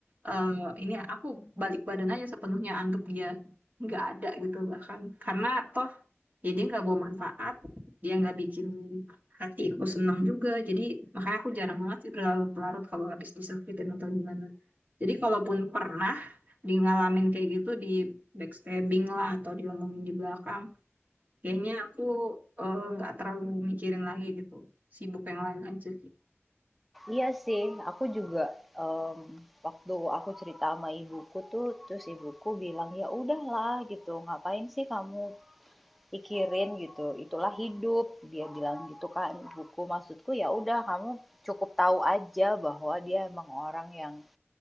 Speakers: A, on the right (about 40°); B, in the centre.
A: eh, ini aku balik badan aja sepenuhnya anggap dia nggak ada gitu bahkan karena toh ya dia nggak bawa manfaat dia nggak bikin hatiku senang juga jadi makanya aku jarang banget sih berlarut-larut kalau habis disakitin atau gimana jadi kalaupun pernah di ngalamin kayak gitu di backstabbing lah atau diomongin di belakang Kayaknya aku eh, nggak terlalu mikirin lagi gitu. Sibuk yang lain aja.
B: Iya sih, aku juga, mmm, waktu aku cerita sama ibuku tuh, terus ibuku bilang, "Ya udahlah," gitu, "ngapain sih kamu pikirin," gitu, "itulah hidup," dia bilang gitu kan ibuku. Maksudku ya udah kamu cukup tahu aja bahwa dia emang orang yang